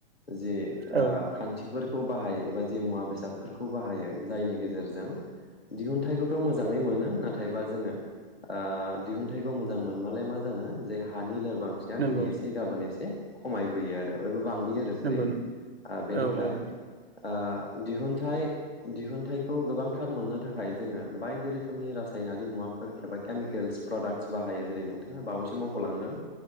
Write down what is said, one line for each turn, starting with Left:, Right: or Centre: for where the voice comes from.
Left: जे ओ
Right: औ औ
Left: खान्थिफोर खौ बाहायो एबा जि मुवा बेसाद फोरखौ बाहायो जायनि गेजेरजों दिहुनथाइखौथ' मोजाङै मोनो। नाथायबा जोङो ओ दिहुनथाइखौ मोजां मोनमालाय मा जानो जे हानि लोरबांथिया
Right: नंगौ
Left: दिनै एसे गाबोन एसे खमाय बोयो आरो बांबोयो आरो सरि
Right: नंगौ
Left: ओ
Right: नंगौ
Left: बेनिफ्राय
Right: औ औ
Left: ओ दिहुन थाय दिहुनथाइखौ गोबांथार मोननो थाखाय जोङो बायदि रोखोमनि रासायनारि मुवाफोर एबा केमिकेल्स प्रडाक्टस बाहायो जेरै नोंथाङा बावैसो मख'लांदों